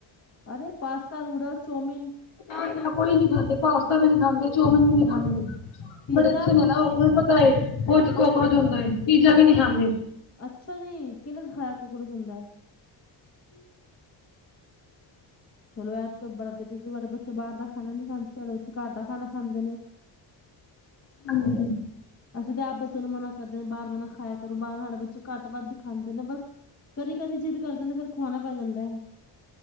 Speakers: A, on the left; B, on the left.
A: ਅਰੇ ਪਾਸਤਾ, ਨੂਡਲ, ਚੌਮੀਨ।
B: ਨਾ-ਨਾ ਕੋਈ ਨੀ ਖਾਂਦੇ ਪਾਸਤਾ ਵੀ ਨੀ ਖਾਂਦੇ ਚੋਮੀਨ ਵੀ ਨੀ ਖਾਂਦੇ
A: ਪੀਜ਼ਾ
B: ਬੜੇ ਅੱਛੇ ਨੇ। ਓਨੂੰ ਪਤਾ ਏ ਓ 'ਚ ਕੋਕਰੋਚ ਹੁੰਦਾ ਏ। ਪੀਜ਼ਾ ਵੀ ਨੀ ਖਾਂਦੇ।
A: ਅੱਛਾ ਜੀ, ਕੀਨੇ ਸਿਖਾਇਆ ਕੋਕਰੋਚ ਹੁੰਦਾ। ਚਲੋ ਆ ਤੇ ਬੜਾ ਵਧੀਆ ਤੁਆਡੇ ਬੱਚੇ ਬਾਹਰ ਖਾਣਾ ਨੀ ਖਾਂਦੇ। ਤੁਆਡੇ ਬੱਚੇ ਘਰ ਦਾ ਖਾਣਾ ਖਾਂਦੇ ਨੇ।
B: ਹਾਂਜੀ।
A: ਅਸੀਂ ਤਾਂ ਆਪ ਬੱਚੇ ਨੂੰ ਮਨਾ ਕਰਦੇ ਆ। ਬਾਹਰ ਦਾ ਨਾ ਖਾਇਆ ਕਰੋ। ਬਾਹਰ ਸਾਡੇ ਬੱਚੇ ਘੱਟ ਵੱਧ ਹੀ ਖਾਂਦੇ ਨੇ। ਬਸ ਕਦੀ-ਕਦੀ ਜਿੱਦ ਕਰਦੇ ਨੇ, ਫਿਰ ਖਵਾਣਾ ਪੈ ਜਾਂਦੈ।